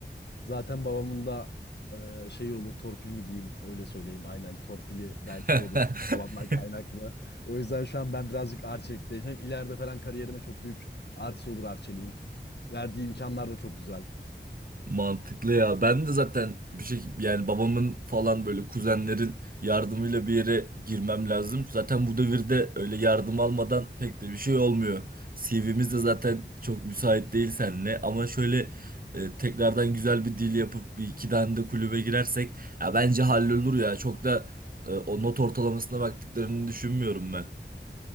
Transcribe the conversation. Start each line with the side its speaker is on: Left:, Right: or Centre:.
Left: Zaten babamın da e, şeyi olur torpil mi diyeyim öyle söyleyeyim. Aynen torpili belki
Right: <laughs>
Left: olur babamdan kaynaklı. O yüzden şu an ben birazcık Arçelik'teyim. Hem ileride falan kariyerime çok büyük artısı olur Arçelik'in. Verdiği imkanlar da çok güzel.
Right: Mantıklı ya. Ben de zaten bir şey yani babamın falan böyle kuzenlerin yardımıyla bir yere girmem lazım. Zaten bu devirde öyle yardım almadan pek de bir şey olmuyor. CV'miz de zaten çok müsait değil seninle ama şöyle e, tekrardan güzel bir dil yapıp bir iki tane de kulübe girersek ya bence hallolur ya. Çok da e, o not ortalamasına baktıklarını düşünmüyorum ben.